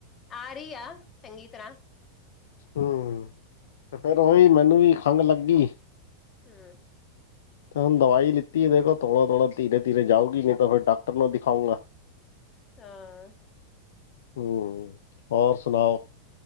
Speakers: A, on the left; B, on the left.
A: ਆਰੀ ਆ ਚੰਗੀ ਤਰ੍ਹਾਂ।
B: ਹੂੰ ਤੇ ਫੇਰ ਓਈ ਮੈਨੂੰ ਵੀ ਖੰਘ ਲੱਗੀ।
A: ਹੂੰ।
B: ਤੇ ਹੁਣ ਦਵਾਈ ਲਿੱਤੀ ਦੇਖ ਥੋੜਾ ਥੋੜਾ ਤੀਰੇ-ਤੀਰੇ ਜਾਊਗੀ ਨੀ ਤੇ ਫਿਰ ਡਾਕਟਰ ਨੂੰ ਦਿਖਾਉਂਗਾ।
A: ਹਾਂ।
B: ਹੂੰ, ਹੋਰ ਸੁਣਾਓ?